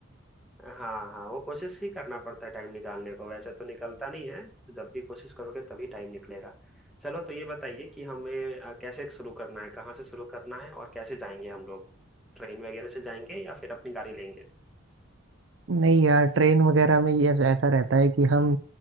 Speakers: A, in the centre; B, on the right (about 65°).
A: हाँ हाँ वो कोशिश ही करना पड़ता है टाइम निकालने को वैसे तो निकलता नहीं है जब भी कोशिश करोगे तभी टाइम निकलेगा चलो तो ये बताइए कि हमें अ, कैसे शुरू करना है कहाँ से शुरू करना है और कैसे जाएंगे हम लोग ट्रेन वगैरह से जाएंगे या फिर अपनी गाड़ी लेंगे
B: नहीं यार ट्रेन वगैरह में ये ऐसा रहता है कि हम